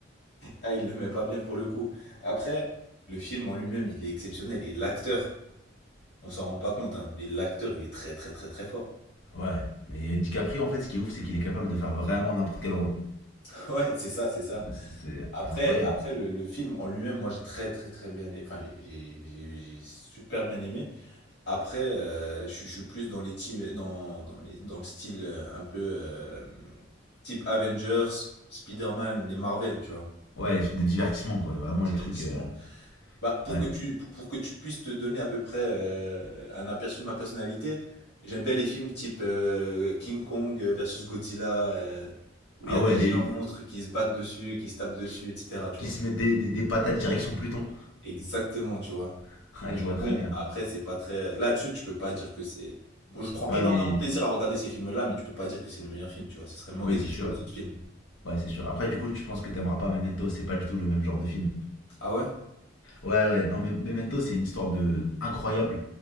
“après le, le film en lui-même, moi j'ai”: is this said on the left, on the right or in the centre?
Left